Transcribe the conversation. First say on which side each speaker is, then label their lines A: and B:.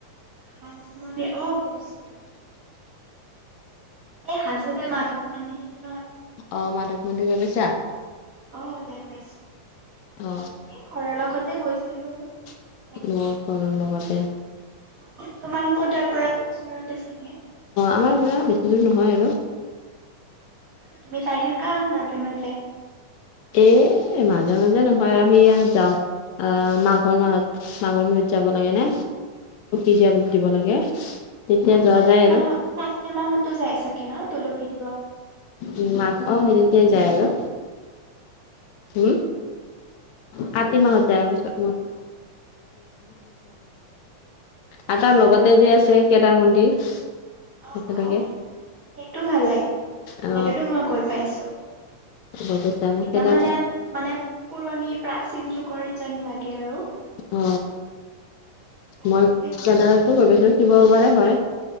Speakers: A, on the right; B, on the left.
A: হাজো মন্দিৰ অ গৈছো-গৈছো এই হাজো যে মাধৱ মন্দিৰ সেইটো
B: আহ মাধৱ মন্দিৰ গৈ পইছা?
A: অ, যাই পাইছো।
B: অ
A: এই ঘৰৰ লগতে গৈছিলো আমি।
B: অ
A: একদিন।
B: ঘৰৰ লগত।
A: <inaudible> তোমালোকৰ তাৰ পৰাটো ওচৰতে চাগে অ,
B: আমাৰ পৰা বেছি দূৰ নহয় আৰু
A: তুমি যাই থাকা মাজে-মাজে
B: এ, মাজে-মাজে নহয়। আমি যাও আহ মাঘৰ মাহত, মাঘৰ বিহুত যাব লাগে নে দিয়া
A: অ',
B: দিব লাগে। তেতিয়া
A: আৰু
B: যোৱা
A: কাতিৰ
B: যায় আৰু।
A: মাহত কাতিৰ মাহতো <inaudible>
B: উ, মা অ হেৰি তেই যায় আৰু
A: <inaudible>
B: হম কাতি মাহ যায়, <unintelligible>
A: অ
B: আৰু তাৰ লগতে
A: মাঘ বিহুত
B: যে আছে কেদাৰ মন্দিৰ
A: অ
B: একেলগে
A: অ সেইটো, সেইটো ভাল লাগে।
B: আহ
A: সেইটোতো মই গৈ পাইছো।
B: গৈ পাইছা মোক
A: একদম
B: কেদাৰ
A: মানে মানে পুৰণি প্ৰাচীন যুগ কৰে যেন লাগে আৰু।
B: অ
A: ভাল
B: মই
A: লাগে যাই।
B: কেডাৰনাথ ও গৈ পাইছো, শিৱ সাগৰে হয়।